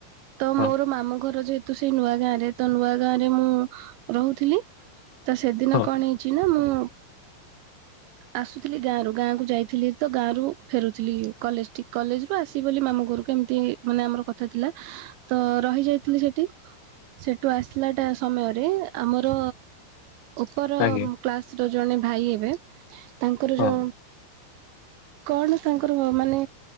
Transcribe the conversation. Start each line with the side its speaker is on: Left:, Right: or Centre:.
Right: ତ
Left: ହଁ
Right: ମୋର ମାମୁ ଘର ଯେହେତୁ ସେଇ ନୂଆ ଗାଁରେ ତ ନୂଆ ଗାଁରେ ମୁଁ ରହୁଥିଲି। ତ ସେଦିନ
Left: ହଁ।
Right: କଣ ହେଇଛି ନା, ମୁଁ ଆସୁଥିଲି ଗାଁ ରୁ ଗାଁକୁୁ ଯାଇଥିଲି ତ ଗାଁ ରୁ ଫେରୁଥିଲି କଲେଜ ଟି କଲେଜ ରୁ ଆସିବ ବୋଲି ମାମୁଁ ଘରକୁ ଏମିତି ମାନେ ଆମର ଥିଲା ତ ରହିଯାଇଥିଲି ସେଠି ସେଠୁ ଆସିଲାଟା ସମୟରେ ଆମର ଉପର
Left: ଆଜ୍ଞା।
Right: କ୍ଲାସ ର ଜଣେ ଭାଇ ହେବେ ତାଙ୍କର
Left: ହଁ,
Right: ଯୋ କଣ ତାଙ୍କର ମାନେ